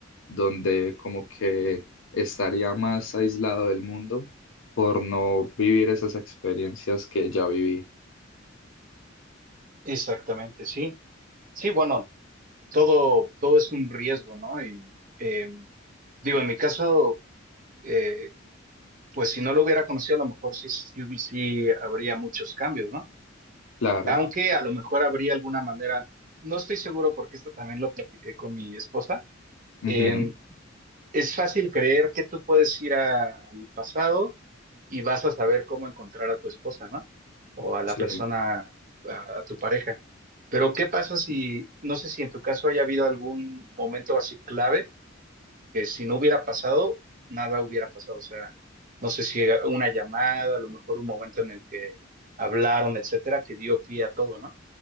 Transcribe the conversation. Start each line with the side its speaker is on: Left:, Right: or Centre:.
Left: donde como que estaría más aislado del mundo por no vivir esas experiencias que ya viví.
Right: Exactamente, sí. Sí, bueno, todo, todo es un riesgo, ¿no? Y eh, digo, en mi caso, eh, pues si no lo hubiera conocido, a lo mejor sí, sí, hubi- sí habría muchos cambios, ¿no?
Left: Claro.
Right: Aunque a lo mejor habría alguna manera, no estoy seguro porque esto también lo platiqué con mi esposa,
Left: Ujú.
Right: em, Es fácil creer que tú puedes ir al pasado y vas a saber cómo encontrar a tu esposa, ¿no? O a la
Left: Sí,
Right: persona, a, a tu pareja. Pero ¿qué pasa si, no sé si en tu caso haya habido algún momento así clave que si no hubiera pasado, nada hubiera pasado? O sea, no sé si una llamada, a lo mejor un momento en el que hablaron, etcétera, que dio pie a todo, ¿no?